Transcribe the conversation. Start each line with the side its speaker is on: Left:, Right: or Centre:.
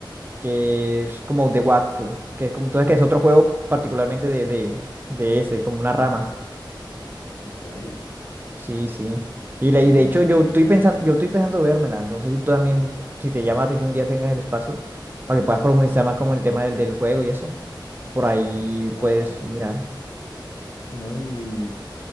Right: que es como de Wakfu, que es como, tú sabes que es otro juego particularmente de, de, de ese, como una rama.
Left: en serio.
Right: Sí, sí. Y la- y
Left: No,
Right: de hecho,
Left: no sabía.
Right: yo estoy pensando, yo estoy pensando vérmela. No sé si tú también, si te llama la atención, un día tengas el espacio para que puedas profundizar más como en el tema del, del juego y eso. Por ahí,
Left: Ah,
Right: puedes
Left: listo.
Right: mirar
Left: No, y